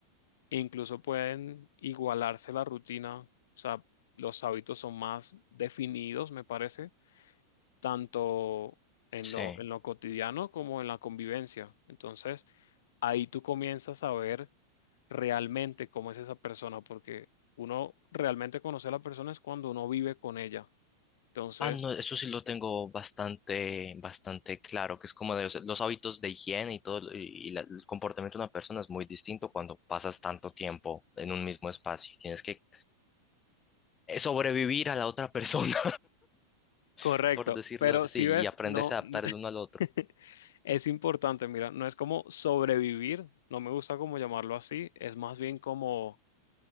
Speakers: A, on the left; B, on the left.
A: incluso pueden igualarse la rutina. O sea, los hábitos son más definidos, me parece, tanto en
B: sí.
A: lo, en lo cotidiano como en la convivencia. Entonces, ahí tú comienzas a ver realmente cómo es esa persona, porque uno realmente conoce a la persona es cuando uno vive con ella. Entonces,
B: Ah, no, eso sí lo tengo bastante, bastante claro, que es como de, o sea, los hábitos de higiene y todo, y, y la- el comportamiento de una persona es muy distinto cuando pasas tanto tiempo en un mismo espacio. Tienes que eh, sobrevivir a la otra persona, <laughs>
A: Correcto,
B: por decirlo
A: pero
B: así,
A: si
B: y
A: ves,
B: aprenderse
A: no,
B: a
A: no-
B: adaptar el uno al otro.
A: <laughs> es importante, mira, no es como sobrevivir, no me gusta como llamarlo así, es más bien como